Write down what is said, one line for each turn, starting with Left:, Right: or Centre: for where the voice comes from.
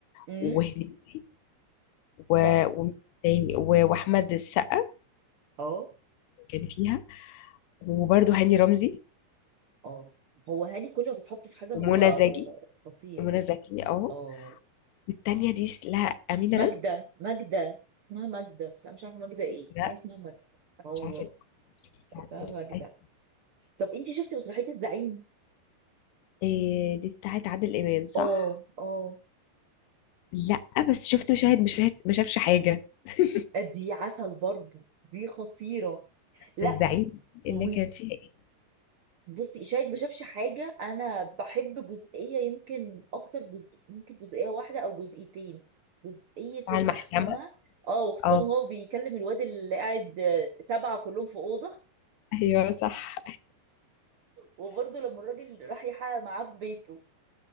Right: امم
Left: وهنيدي
Right: صح
Left: و... و... تاني و... واحمد السقا
Right: اه
Left: كان فيها وبرده هاني رمزي
Right: اه هو هاني كل ما بيتحط في حاجة هو
Left: ومنى زكي
Right: خطير
Left: ومنى زكي اه
Right: اه
Left: والتانية دي لا أمينة
Right: ماجدة
Left: رزق
Right: ماجدة اسمها ماجدة بس انا مش عارفة ماجدة ايه بس
Left: لا
Right: هي اسمها ماجدة الله
Left: مش عارفه دي بتاعت
Right: اسمها
Left: مدرسة
Right: ماجدة
Left: أي
Right: طب انتي شفتي مسرحية الزعيم
Left: إيه دي بتاعت عادل إمام صح؟
Right: اه اه
Left: لأ بس شفت مشاهد مشاهد ما شافش حاجة <laughs>
Right: دي عسل برضو دي خطيرة
Left: بس
Right: لا
Left: الزعيم
Right: وال-
Left: اللي كان فيها إيه؟
Right: بصي شاهد ما شافش حاجة انا بحب جزئية يمكن اكتر جزء يمكن جزئية واحدة او جزئيتين جزئية
Left: بتاع
Right: المحكمة
Left: المحكمة
Right: اه وخصوصا
Left: اه
Right: وهو بيكلم الواد اللي قاعد آه، سبعة كلهم في أوضة
Left: أيوه صح
Right: وبرضه لما الراجل راح يحقق معاه في بيته